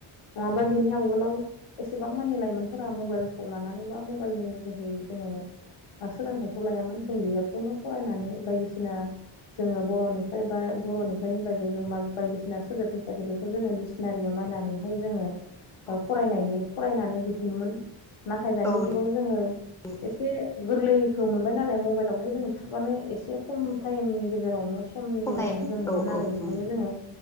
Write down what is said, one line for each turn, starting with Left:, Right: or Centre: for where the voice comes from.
Left: नङाबा बिनि आगोलाव एसेबां मानि लाइमोनफोरा मबाइलखौ लानानै बा मबाइलनि जोहै जोङो सोलोंथाइखौ लायामोन जों बिजाबखौनो फरायनानै बायदिसिना जोङो बर'निफ्राय बा बर'निफ्राय इंराजियाव जों मा बायदिसिना सोदोब मिथियाखैखौ जोङो दिक्सनारियावनो बायनानैहाय जोङो
Centre: औ
Left: फरायनायनि फरायनानै दिहुनोमोन नाथाय दानि
Centre: औ नंगौ
Left: जुगाव जोङो
Centre: नोंथां
Left: एसे गोरलैखौ मोनबाय नालाय मबाइलावहाय जों थुुबानो एसे एसे खम
Centre: नंगौ
Left: टाइमनि गेजेरावनो समनि
Centre: खमायम
Left: गेजेरावनो जों मोनो
Centre: औ
Left: नालाय
Centre: औ नंगौ
Left: बेखायनो
Centre: नोंथां
Left: जोङो